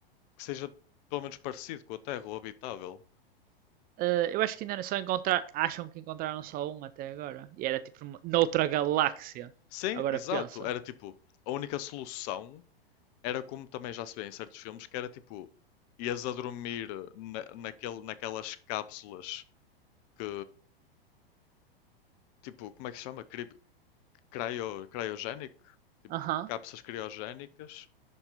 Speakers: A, on the left (about 45°); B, on the right (about 30°).
A: que seja pelo menos parecido com a Terra ou habitável?
B: Eh, eu acho que ainda era só encontrar. Acham que encontraram só um até agora. E era tipo noutra galáxia.
A: Sim,
B: Agora
A: exato.
B: pensa.
A: Era tipo, a única solução era como também já se vê em certos filmes, que era tipo, ias a dormir na, naquele, naquelas cápsulas que, tipo, como é que se chama? Cri- Cryo, cryogénico? Tipo,
B: Aham.
A: cápsulas criogénicas